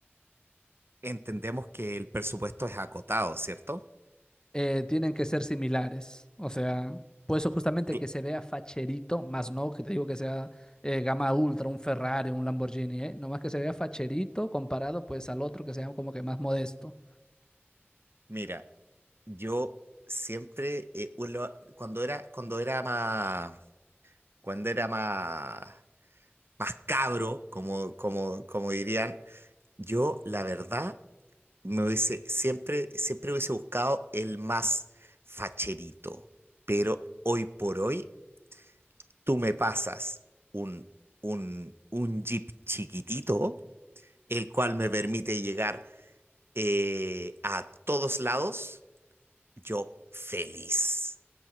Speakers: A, on the right; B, on the left.
A: Entendemos que el presupuesto es acotado, ¿cierto?
B: eh, tienen que ser similares. O sea, por eso justamente
A: Cl-
B: que se vea facherito, más no que te digo que sea eh, gama ultra, un Ferrari, un Lamborghini, ¿eh? Nomás que se vea facherito comparado pues al otro que sea como que más modesto.
A: Mira, yo siempre, eh, uno- cuando era, cuando era más, cuando era más, más cabro, como, como, como dirían, yo la verdad Me hubiese, siempre, siempre hubiese buscado el más facherito, pero hoy por hoy tú me pasas un, un, un Jeep chiquitito, el cual me permite llegar eh, a todos lados, yo feliz.